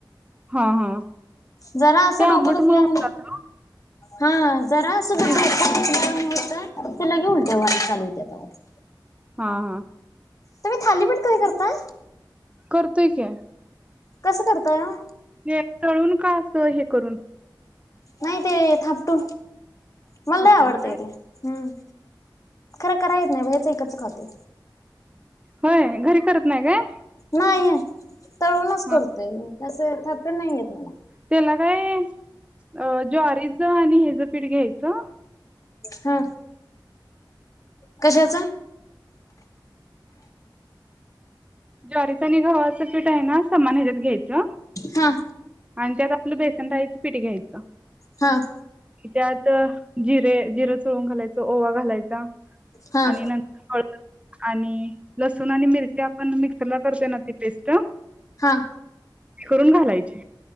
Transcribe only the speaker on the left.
जरा असं
डोकं
दुखल्यावाणी
हा जरा अस.
त ते लगे उलते चालू होते आ
तु म् थालीपीठ कध करता.
कसं करताय ओ?
नाही ते थापटून
मलाला आवडतय
ते हम्म. खरं करा येत नाही व्याच एकच खाते.
नाही तळूनच
करतोय कस थप नाहीयेत मला
हा कशाचा
हा
हां
हा
हा